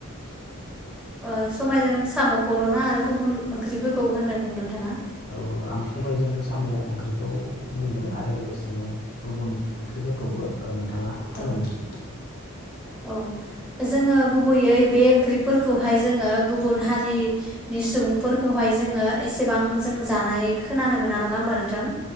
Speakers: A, in the centre; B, on the left.
A: <inaudible> सबायजों साम'खौल'ना आरो गुबुन ओंख्रिफोरखौबो होनदों बुं नोंथाङा
B: औ आं सबाइजों साम' ओंख्रिखौ बुंदों आरो लोगोसेनो गुबुन ओंख्रिफोरखौबो ओ नोंथाङा फोरमायनो
A: औ औ जोङो गुबैयै बे ओंख्रिफोरखौहाय जोङो गुबुन हारि नि सुबुंफोरखौहाय जोङो एसेबां जों जानाय खोनानो मोना नङा होमबा नोंथां